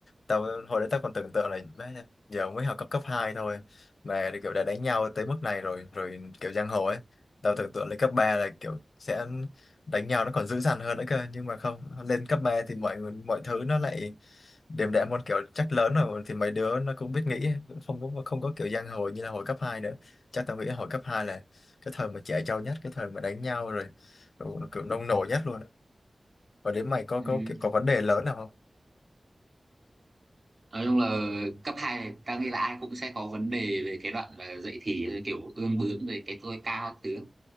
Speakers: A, on the left; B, on the right.
A: tao hồi đấy tao còn tưởng tượng là má, giờ mới học cấp cấp 2 thôi mà kiểu đã đánh nhau tới mức này rồi rồi kiểu giang hồ ấy tao tưởng tượng lên cấp 3 là kiểu sẽ đánh nhau nó còn dữ dằn hơn nữa cơ nhưng mà không lên cấp 3 thì mọi người- mọi thứ nó lại đềm đạm hơn kiểu chắc lớn rồi thì mấy đứa nó cũng biết nghĩ cũng không có không có kiểu giang hồ như là hồi cấp 2 nữa chắc tao nghĩ hồi cấp 2 là cái thời mà trẻ trâu nhất cái thời mà đánh nhau rồi, rồi kiểu nông nổi nhất luôn và đến mày có
B: ừ.
A: có kiểu có vấn đề lớn nào không
B: nói chung là cấp 2 này, ta nghĩ là ai cũng sẽ có vấn đề về cái đoạn mà dậy thì kiểu ương bướng về cái tôi cao các thứ